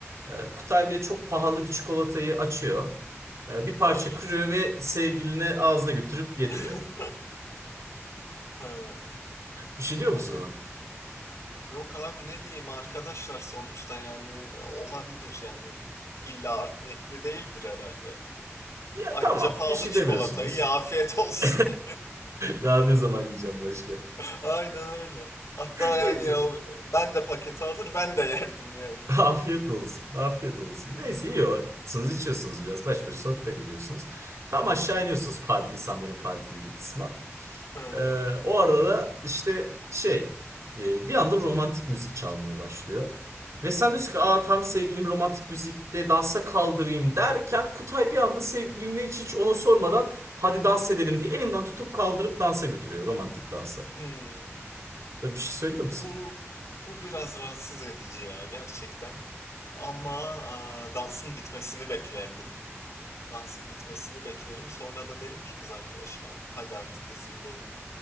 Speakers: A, on the right (about 75°); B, on the left (about 70°).
A: Ee, Kutay böyle çok pahalı bir çikolatayı açıyor. Ee, bir parça
B: Evet.
A: kırıyor ve sevgiline ağzına götürüp yediriyor.
B: <laughs> Ha,
A: Bir şey
B: e yani
A: diyor musun ona?
B: yok abi ne diyeyim arkadaşlar sonuçta yani olabilir yani illa art niyetli değildir herhalde.
A: Ya
B: Ayrıca
A: tamam,
B: pahalı
A: bir şey
B: çikolatayı
A: demiyorsunuz.
B: ya afiyet olsun
A: <laughs>
B: diye.
A: Daha ne zaman yiyeceğim başka?
B: <laughs> Aynen öyle. Hatta
A: <laughs>
B: yani
A: Neyse.
B: ya ben de paketi alır ben de yerdim yani.
A: <laughs> Afiyet olsun. Afiyet olsun. Neyse yiyorsunuz, içiyorsunuz biraz. Baş başa sohbet ediyorsunuz. Tam aşağı iniyorsunuz parti, insanların partilediği kısma.
B: Hı.
A: Ee, o arada da işte şey e, bir anda romantik müzik çalmaya başlıyor. Ve sen diyorsun
B: Hmm.
A: ki Aa, tam sevgilim romantik müzikte dansa kaldırayım derken Kutay bir anda sevgilini hiç, hiç ona sormadan hadi dans edelim diye elinden tutup kaldırıp dansa götürüyor romantik dansa.
B: Hmm.
A: Ve bir şey söylüyor musun?
B: Bu bu biraz rahatsız edici ya gerçekten. Ama aa, dansın bitmesini beklerdim. Dansın bitmesini beklerim. Sonra da derim ki kız arkadaşıma hadi artık biz gidelim